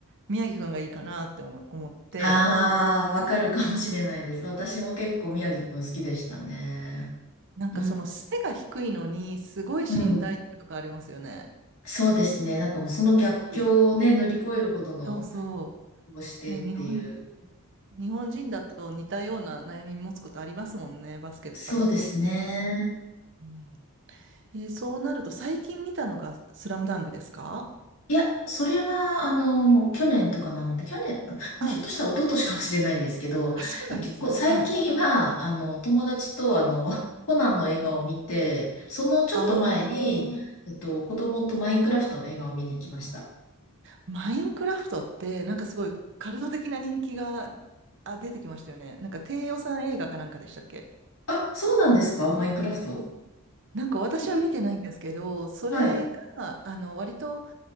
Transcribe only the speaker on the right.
宮城くんがいいかなって思思って、
なんか、
その、背が低いのに、すごい身体能力ありますよね。
かっこいい。
そうそ
う。ね、日本、日本人だと似たような悩み持つことありますもんね、バスケとかだと。
うん、えーそうなると最近見たのがスラムダンクですか
あ、あ、そうなんですね。
はい。
ああ、
マインクラフトってなんかすごいカルト的な人気が、あ、出てきましたよね。なんか低予算映画かなんかでしたっけ
なんか私は見てないんですけど、
それが、
あの、割と